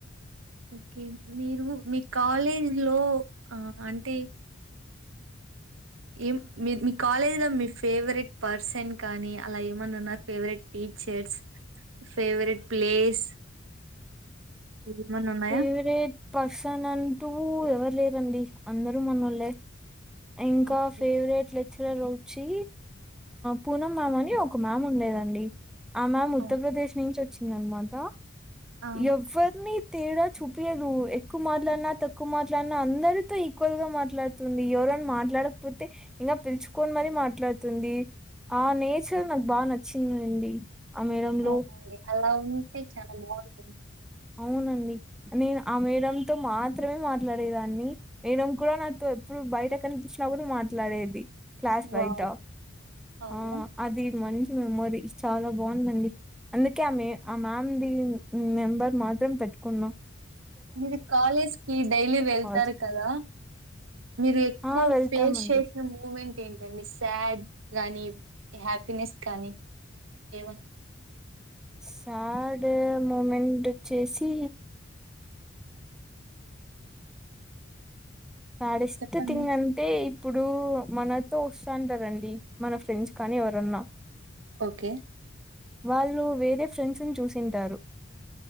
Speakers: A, on the right (about 75°); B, in the centre.
A: ఓకే మీరు మీ కాలేజ్ లో ఆ అంటే ఏం మీ మీ కాలేజ్ లో మీ ఫేవరెట్ పర్సన్ కానీ అలా ఏమన్నా ఉన్నారు, ఫేవరెట్ టీచర్స్, ఫేవరెట్ ప్లేస్ ఏమన్నా ఉన్నాయా
B: ఫేవరెట్ పర్సన్ అంటూ ఎవరు లేరు, అండీ అందరూ మన్నోలే, ఇంకా
A: ఓకే
B: ఫేవరెట్ లె ఇటు సైడ్ వచ్చి పూనం మ్యామ్ అని ఒక మ్యామ్ ఉండేదండి. ఆ మ్యామ్ ఉత్తరప్రదేశ్
A: అవును
B: నుంచి వచ్చిందనమాట,
A: ఆ
B: యవ్వర్ని, తేడా చూపించదు ఎక్కువ మాట్లాడినా తక్కువ మాట్లాడినా అందరితో, ఈక్వల్ గా మాట్లాడుతుంది ఎవరైనా మాట్లాడకపోతే ఇంకా పిలుచుకొని మరి మాట్లాడుతుంది ఆ నేచర్ నాకు బాగా నచ్చిందండి. ఆ మేడమ్
A: అవునండి.
B: లో
A: అలా ఉంటే చాలా బాగుంటుంది.
B: అవునండి నేను ఆ మేడంతో మాత్రమే మాట్లాడేదాన్ని, మేడం కూడా నాతో ఎప్పుడు బయట కనిపించినప్పుడు మాట్లాడేది. క్లాస్
A: వావ్!
B: బయట
A: అవును.
B: ఆ అది మంచి మెమోరీస్ చాలా బాగుందండి, అందుకే ఆ మ ఆ మ్యామ్ ది నెంబర్, మాతోని పెట్టుకున్నాం,
A: మీరు కాలేజ్ కి డైలీ వెళ్తారు
B: కాల్ చేయండి.
A: కదా మీరు ఎక్కువ
B: ఆ! వెళ్తామండి.
A: ఫేస్ చేసిన మూమెంట్ ఏంటండి శాడ్ గాని, హ్యాపీనెస్ కానీ ఏమన్నా,
B: సార్డ్ మూమెంట్ వచ్చేసి, సడెష్ట
A: చెప్పండి.
B: తింగ్ అంటే, ఇప్పుడు మనతో వస్తాంటారండి మన ఫ్రెండ్స్ కానీ ఎవరన్నా,
A: ఓకే
B: వాళ్ళు వేరే ఫ్రెండ్స్ను చూసింటారు.